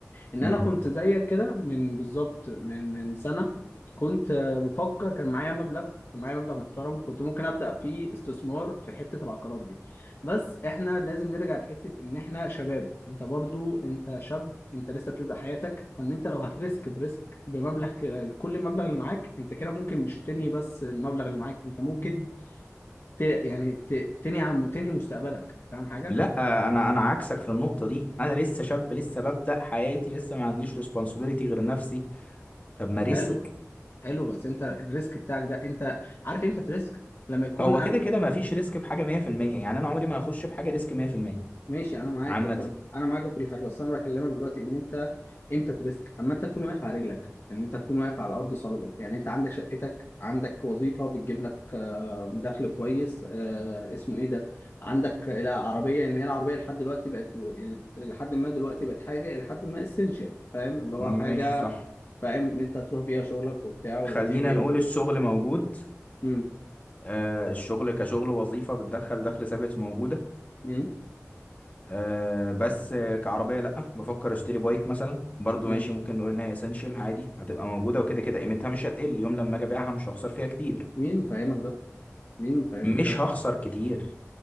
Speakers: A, on the left; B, on the left.
A: ان
B: امم
A: انا كنت زيك كده من بالظبط من من سنه كنت آه، بفكر كان معايا مبلغ كان معايا مبلغ محترم كنت ممكن ابدا فيه استثمار في حته العقارات دي بس احنا لازم نرجع لحته ان احنا شباب انت برضو انت شاب انت لسه بتبدا حياتك فان انت لو هتريسك بريسك بمبلغ ك- كل المبلغ اللي معاك انت كده ممكن مش تنهي بس المبلغ اللي معاك انت ممكن ت... يعني ت... تنهي عن تنهي مستقبلك فاهم حاجه
B: لا انا انا عكسك في النقطه دي انا لسه شاب لسه ببدا حياتي لسه ما عنديش ريسبونسبيلتي غير نفسي طب ما ريسك
A: حلو حلو بس انت الريسك بتاعك ده انت عارف امتى تريسك لما يكون
B: هو
A: أ...
B: كده كده ما فيش ريسك في حاجه 100% يعني انا عمري ما هخش بحاجه ريسك 100%
A: ماشي انا معاك
B: عامه
A: وكل انا معاك وكل حاجه بس انا بكلمك دلوقتي ان انت امتى تريسك اما انت تكون واقف على رجلك ان انت تكون واقف على ارض صلبه يعني انت عندك شقتك عندك وظيفه بتجيب لك آه، دخل كويس آه، اسمه ايه ده عندك آه، لا عربيه ان هي العربيه لحد دلوقتي بقت لحد ما دلوقتي بقت حاجه لحد ما اسينشال فاهم اللي هو
B: مش
A: حاجه
B: صح
A: فاهم ان انت تروح بيها شغلك وبتاع وتيجي
B: خلينا نقول
A: و...
B: الشغل موجود
A: مم.
B: آه الشغل كشغل وظيفه بتدخل دخل ثابت موجوده
A: مم.
B: آه بس آه، كعربيه لا بفكر اشتري بايك مثلا برضو
A: مم.
B: ماشي ممكن نقول ان هي اسينشال عادي هتبقى موجوده وكده كده قيمتها مش هتقل يوم لما اجي ابيعها مش هخسر فيها كتير
A: مين مفهمك ده؟ مين مفهمك
B: مش
A: ده؟
B: هخسر كتير